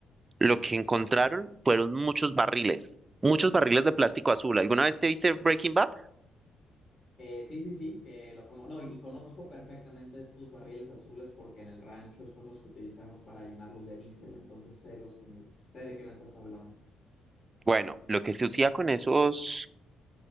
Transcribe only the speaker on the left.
Eh, sí, sí, sí, eh, lo cono- no, y conozco perfectamente estos barriles azules porque en el rancho son los que utilizamos para llenarlos de diésel, entonces sé los que me, sé de qué me estás hablando.